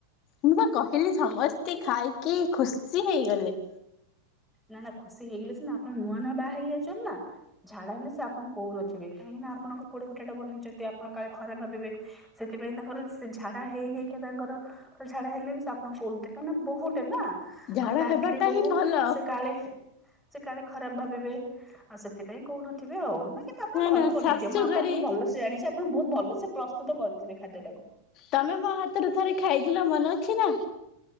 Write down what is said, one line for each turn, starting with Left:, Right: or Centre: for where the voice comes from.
Left: ମୁଁ ବା କହିଲି ସମସ୍ତେ ଖାଇକି ଖୁସି ହେଇଗଲେ।
Centre: ନା ନା ଖୁସି ହେଇଗଲେ ସିନା ଆପଣ ନୂଆ ନୂଆ ବାହା ହେଇଯାଇଛନ୍ତି ନା ଝାଡା ହେଲେ ସେ ଆପଣ କହୁନଥିବେ କାହିଁକି ନା ଆପଣଙ୍କ ପୋଡେ ପଠା ଟା ବନେଇଛନ୍ତି ଆପଣ କାଳେ ଖରାପ୍ ଭାବିବେ ସେଥିପାଇଁ ତାଙ୍କର ଝାଡା ହେଇ ହେଇକା ତାଙ୍କର ଝାଡ଼ା ହେଲେ ବି ସେ ଆପଣଙ୍କୁ କାରଣ କାହିଁକିନା ବହୁଟେ ନା
Left: ଝାଡା
Centre: ଆମେ ଲାଡଲି
Left: ହେବାଟା
Centre: ବୋହୁ।
Left: ହିଁ ଭଲ
Centre: କାଳେ ସେ କାଳେ ଖରାପ ଭାବିବେ ଆଉ ସେଥିପାଇଁ କହୁନଥିବେ ଆଉ ନା। କିନ୍ତୁ ଆପଣ ଭଲ
Left: ନା
Centre: ବନେଇଥିବେ
Left: ଶାଶୁ
Centre: ମୁଁ ଆପଣଙ୍କୁ
Left: ଘରେ
Centre: ଭଲସେ ଜାଣିଛି ଆପଣ ବହୁତ ଭଲସେ ପ୍ରସ୍ତୁତ କରିଥିବେ ଖାଦ୍ୟ ଟାକୁ।
Left: ତମେ ମୋ ହାତରେ ଥରେ ଖାଇଥିଲ ମନେ ଅଛି ନା।